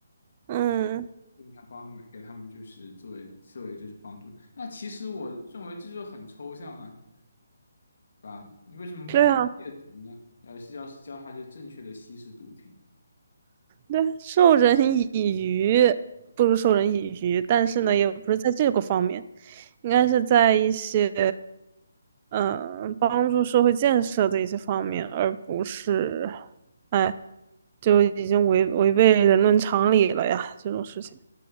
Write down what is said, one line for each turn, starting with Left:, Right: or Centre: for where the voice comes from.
Right: 嗯，
Left: 这么样帮他们给他们就是作为作为就是帮助。那其实我认为这就很抽象啊，对吧？你为什么不帮他戒毒呢？
Right: 对啊。
Left: 而是要教他就正确的吸食毒品。
Right: 对，授人以鱼不如授人以渔，但是呢，
Left: 对，
Right: 也不是在这个方面，应该是在一些，嗯、帮助社会建设的一些方面，而不是，哎，就已经违违背人伦常理了呀，这种事情。